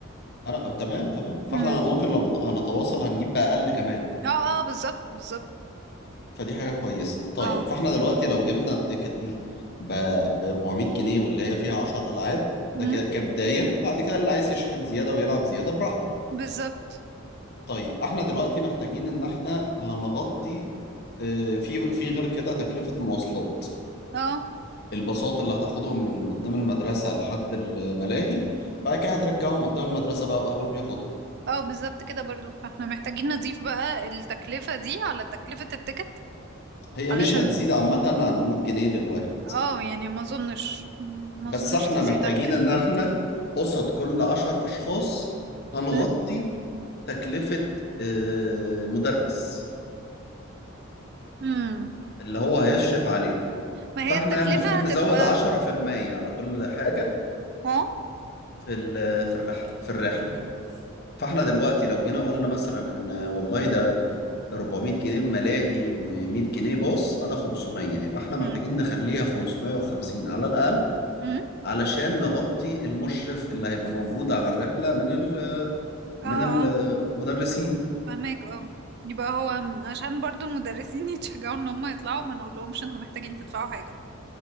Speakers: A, on the left (about 50°); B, on the right (about 50°).
A: انا آه، تمام تمام فاحنا
B: مم.
A: ممكن لو هنتواصل هنجيب بأقل كمان
B: اه اه بالظبط بالظبط
A: فدي حاجة كويسة طيب
B: اه
A: فاحنا دلوقتي لو جبنا التيكت دي ب ب 400 جنيه واللي هي فيها 10 ألعاب ده
B: مم،
A: كده كبداية بعد كده اللي عايز يشحن زيادة ويلعب زيادة براحته
B: بالظبط
A: طيب احنا دلوقتي محتاجين ان احنا هنغطي آه، في في غير كده تكلفة مواصلات
B: اه
A: الباصات اللي هتاخدهم من قدام المدرسة لحد الملاهي بعد كده هترجعهم قدام المدرسة بقى وأهلهم ياخدهم
B: اه بالظبط كده برضو فاحنا محتاجين نضيف بقى التكلفة دي على تكلفة التيكت
A: هي
B: علشان
A: مش هتزيد عامة عن 100 جنيه للواحد
B: اه يعني ما اظنش ما
A: بس
B: اظنش
A: احنا
B: تزيد
A: محتاجين
B: عن كده
A: ان احنا قصاد كل عشر اشخاص هنغطي
B: مم؟
A: تكلفة آه، مدرس
B: مم.
A: اللي هو هيشرف عليهم
B: ما هي
A: فاحنا
B: التكلفة
A: المفروض
B: هتبقى
A: نزود عشرة في المية على كل حاجة
B: اه
A: في ال- في الرحلة في الرحلة فاحنا دلوقتي لو جينا قلنا مثلا ان والله ده 400 جنيه ملاهي و100 جنيه باص ادي 500 يبقى احنا
B: مم.
A: محتاجين نخليها 550 على الاقل
B: مم.
A: علشان نغطي المشرف اللي هيبقى موجود على الرحلة من ال
B: اه
A: من المدرسين
B: اه فهماك اه يبقى هو م- عشان برضو المدرسين <laughs> يتشجعوا ان هم يطلعوا ما نقولهمش انتوا محتاجين تدفعوا حاجة